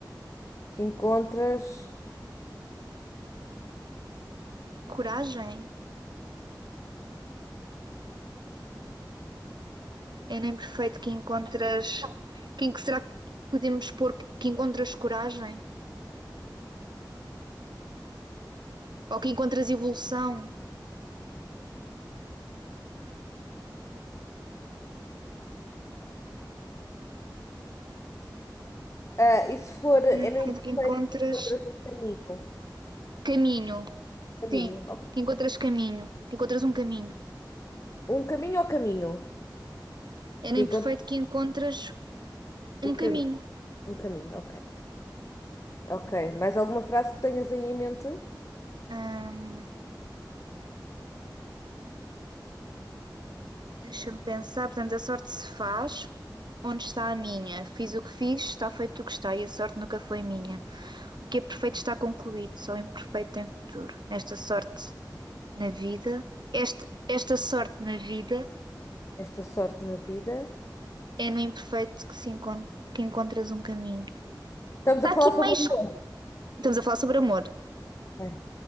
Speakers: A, on the left (about 40°); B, on the right (about 70°).
A: Que encontras.
B: coragem. É no imperfeito que encontras. Quem que será que podemos pôr que encontras coragem? Ou que encontras evolução?
A: Ah, e se for, é
B: Hum,
A: no
B: portanto,
A: imperfeito
B: Que encontras
A: que encontras um caminho.
B: caminho.
A: Caminho.
B: Sim,
A: ok.
B: que encontras caminho. Que encontras um caminho.
A: Um caminho ou caminho?
B: É no
A: Que encontras
B: imperfeito que encontras um
A: o
B: caminho.
A: cam... um caminho, ok. Ok. Mais alguma frase que tenhas aí em mente?
B: Hum, deixa-me pensar, portanto, a sorte se faz. Onde está a minha? Fiz o que fiz, está feito o que está, e a sorte nunca foi minha. O que é perfeito está concluído, só o imperfeito tem futuro. Nesta sorte na vida, este, esta sorte na vida
A: Esta sorte na vida.
B: é no imperfeito que, se encon- que encontras um caminho.
A: Estamos
B: Está
A: a falar
B: aqui mais.
A: sobre amor.
B: Estamos a falar sobre amor
A: Ok.